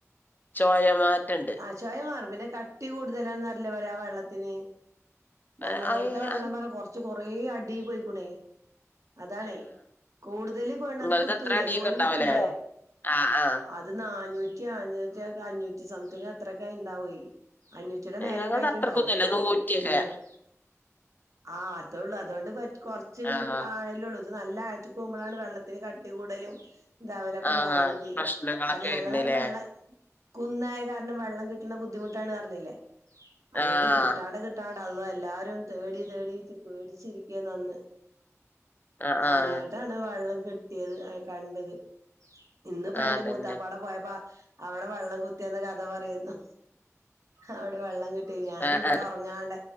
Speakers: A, on the left (about 35°); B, on the right (about 70°).
A: ടെസ്റ്റ് മാറ്റണ്ട്
B: ട്ടേസ്റ്റ് മാറും. പിന്നെ, കട്ടികൂടുതലാണ്ന്നല്ല പറയ ആ വെള്ളത്തിന്. ഞങ്ങടെ
A: ആഹ്
B: വീട്ടിലെ വെള്ളം
A: ആഹ്
B: പറ കൊറച്ച് കൊറേ അടിപോയിക്കുണേ. അതാണ കൂടുതല് കിണറ്
A: നിങ്ങളത്
B: കുത്തൂലേ?
A: അത്ര അടിയൊക്കെ
B: കോല്കുത്തൂലേ?
A: ഉണ്ടാവലേ ആഹ്, ആഹ്
B: അത് നാന്നൂറ്റി അഞ്ഞൂറ്റിക്കെ അഞ്ഞൂറ്റി സംതിങ് അത്രൊക്കെ അയിണ്ടാവോയ് അഞ്ഞൂറ്റിയുടെ മേലക്കെ
A: ഞങ്ങൾത്
B: ആയിട്ടുണ്ടാവും.
A: അത്രക്കൊന്നുല്ല നൂറ്റിയൊക്കെ
B: ന്നട്ട്, ആഹ്, അത്രോള്ളൂ. അതോണ്ട് പറ്റ് കൊറച്ചുള്ളഹ്
A: ആഹ്
B: ആഴ ല്ലൊള്ളൂ. അത്, നല്ല, ആഴത്ത്ക്ക് പോകുമ്പളാണ് വെള്ളത്തിന് കട്ടികൂടലും. ഇതവലൊക്കെ
A: ആഹ്
B: ഇണ്ടാവ്ണതേ.
A: പ്രശ്നങ്ങളൊക്കെ
B: കാരണം ഞങ്ങളവിടെ
A: വരുന്നില്ലേ
B: വെള്ള കുന്നായ കാരണം വെള്ളംകിട്ട്ണബുദ്ധിമുട്ടാണ് പറ ഞ്ഞില്ലേ? അതോണ്ട്കിട്ടാതെ
A: ആഹ്
B: കി ഇട്ടാണ്ട അള്ളൊ എല്ലാരും തേടി തേടിട്ട് പേടിച്ചിരിക്കേന്ന് അന്ന്
A: ആഹ് ആഹ്
B: അങ്ങിട്ടാണ് വെള്ളംകിട്ടിയത് അഹ്, കണ്ടത്. ഇന്നിപ്പൊ
A: ആഹ്
B: ഞാൻ ന്റെ
A: അതന്നെ
B: മൂത്താപ്പാടപോയപ്പോ അവടെ വെള്ളംകുത്തിര് ന്ന കഥപറയേന്നു. അവ്ടെ വെള്ളംകിട്ടീനി ഞാന്
A: ആഹ്
B: വടെ
A: ആഹ്
B: ഉറങ്ങാണ്ട